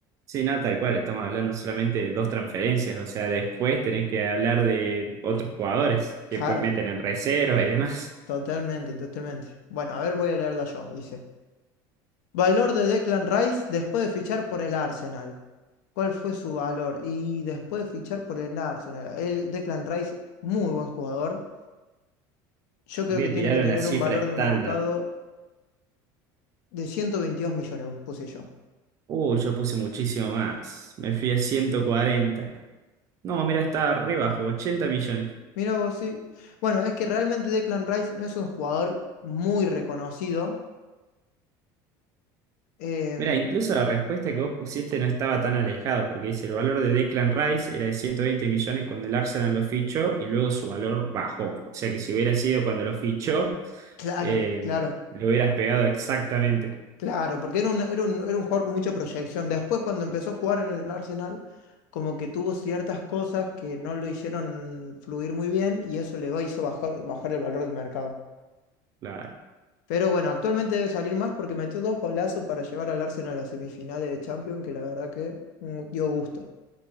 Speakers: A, on the right; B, on the left.
A: Sí, no, tal cual. Estamos hablando solamente de dos transferencias. O sea, después tenés que hablar de otros jugadores
B: Claro,
A: que pueden meter en reserva y demás.
B: totalmente, totalmente. Bueno, a ver, voy a leerla yo, dice. Valor de Declan Rice después de fichar por el Arsenal. ¿Cuál fue su valor? Y después de fichar por el Arsenal. El Declan Rice, muy buen jugador. Yo creo
A: Voy
B: que
A: a
B: tiene
A: tirar
B: que tener
A: una cifra
B: un valor
A: estándar.
B: de mercado de 122 millones, puse yo.
A: uy yo puse muchísimo más. Me fui a 140. No, mira, estaba re bajo, 80 millones.
B: Mira vos, sí. Bueno, es que realmente Declan Rice no es un jugador muy reconocido. Em,
A: Mira, incluso la respuesta que vos pusiste no estaba tan alejado, porque dice, el valor de Declan Rice era de 120 millones cuando el Arsenal lo fichó y luego su valor bajó. O sea que si hubiera sido cuando lo fichó,
B: claro,
A: eh,
B: claro.
A: lo hubieras pegado exactamente.
B: Claro, porque era un, era un, era un jugador con mucha proyección. Después, cuando empezó a jugar en el Arsenal, como que tuvo ciertas cosas que no lo hicieron fluir muy bien y eso le hizo bajar, bajar el valor de mercado.
A: Claro,
B: Pero bueno, actualmente debe salir más porque metió dos golazos para llevar al Arsenal a las semifinales de Champions, que la verdad que mm, dio gusto.